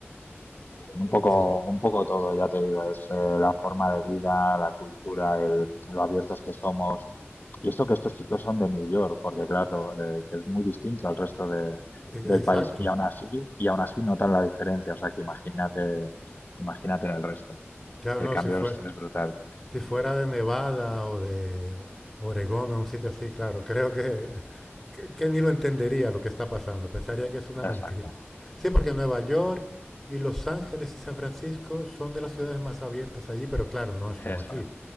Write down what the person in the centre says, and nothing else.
¿Qué?
E-
Exacto.
Claro,
no,
si fue.
Si fuera de Nevada o de Oregón o un sitio así, claro, creo que, que, que ni lo entendería lo que está pasando. Pensaría que es una mentira.
Sí, porque Nueva York y Los Ángeles y San Francisco son de las ciudades más abiertas allí, pero claro, no es como
aquí.